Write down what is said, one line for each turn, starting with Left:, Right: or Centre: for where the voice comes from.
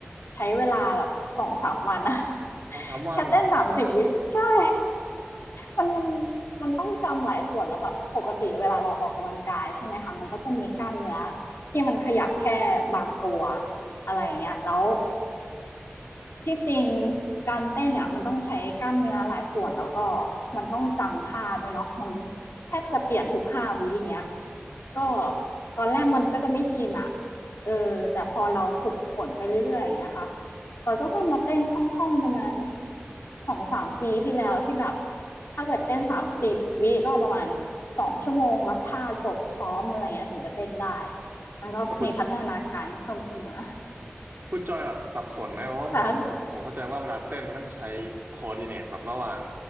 Left: ใช้เวลาแบบสองสามวันอะ <laughs>
Right: สองสามวัน
Left: แค่เต้นสามสิบวิใช่มันมัน
Right: โอ้โห
Left: มันต้องจำหลายส่วนแล้วแบบปกติเวลาเราออกกำลังกายใช่ไหมคะมันก็จะมีกล้ามเนื้อที่มันขยับแค่บางตัวอะไรอย่างเงี้ยแล้ว ที่จริงการเต้นเนี่ยมันต้องใช้กล้ามเนื้อหลายส่วนแล้วก็มันต้องจำท่าด้วยเนาะมันแทบจะเปลี่ยนทุกห้าวิอย่างเงี้ยก็ตอนแรกมันก็จะไม่ชินอะเออแต่พอเราฝึกฝนไปเรื่อยๆอย่างเงี้ยค่ะตอนก็เพิ่งมาเต้นคล่องๆประมาณสองถึงสามปีที่แล้วที่แบบถ้าเกิดเต้นสามสิบวิก็ประมาณสองชั่วโมงรับท่าจบซ้อมอะไรเงี้ยถึงจะเต้นได้
Right: อืม
Left: มันก็มีพัฒนาการเพิ่มขึ้นมา
Right: แล้วคุณคุณจอยแบบสับสนไหมเพราะว่าผมผมเข้าใจว่าเวลาเต้นมันต้องใช้คอ
Left: <laughs> แต่
Right: r d i ิเนตแบบระหว่าง